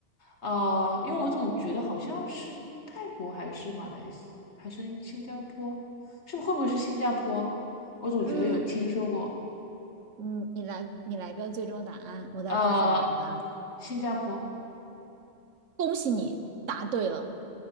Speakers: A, on the left; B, on the right.
A: 呃，因为我总觉得好像是泰国还是马来西还是英新加坡，是不会不会是新加坡？我总觉得有听说过，
B: 嗯，嗯，你来，你来个最终答案，我再告诉你答案。
A: 呃，新加坡。
B: 恭喜你答对了。